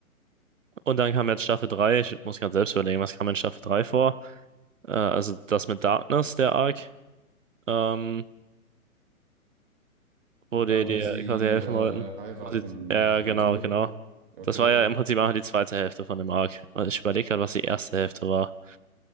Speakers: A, on the right; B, on the right.
A: Und dann kam jetzt Staffel 3. Ich muss gerade selbst überlegen, was kam in Staffel 3 vor? Äh, also das mit Darkness, der Arc, ähm, wo
B: Da,
A: die dir
B: wo sie
A: quasi helfen
B: äh,
A: wollten.
B: heiraten
A: Wo sie, ja,
B: sollte.
A: ja, genau, genau.
B: Okay.
A: Das war ja im Prinzip einfach die zweite Hälfte von dem Arc. Also Ich überlege gerade, was die erste Hälfte war.